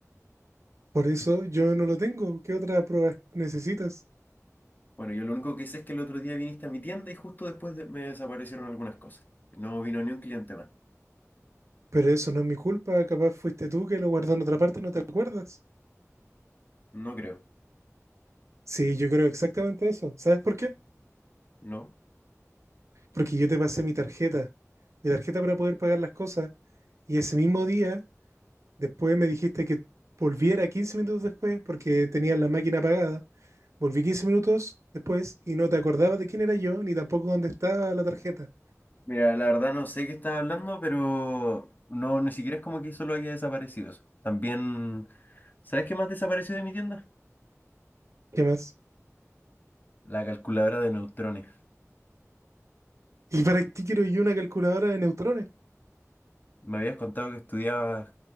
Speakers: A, on the right (about 60°); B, on the left (about 35°).
A: Por eso yo no lo tengo. ¿Qué otras pruebas necesitas?
B: Bueno, yo lo único que hice es que el otro día viniste a mi tienda y justo después de- me desaparecieron algunas cosas. No vino ni un cliente más.
A: Pero eso no es mi culpa. Capaz fuiste tú que lo guardó en otra parte y no te acuerdas.
B: No creo.
A: Sí, yo creo exactamente eso. ¿Sabes por qué?
B: No.
A: porque yo te pasé mi tarjeta, mi tarjeta para poder pagar las cosas, y ese mismo día, después me dijiste que volviera 15 minutos después, porque tenías la máquina apagada, volví 15 minutos después y no te acordabas de quién era yo, ni tampoco dónde estaba la tarjeta.
B: Mira, la verdad no sé qué estás hablando, pero no, ni siquiera es como que solo haya desaparecido eso. También, ¿sabes qué más desapareció de mi tienda?
A: ¿Qué más?
B: La calculadora de neutrones.
A: ¿Y para qué quiero yo una calculadora de neutrones?
B: Me habías contado que estudiabas,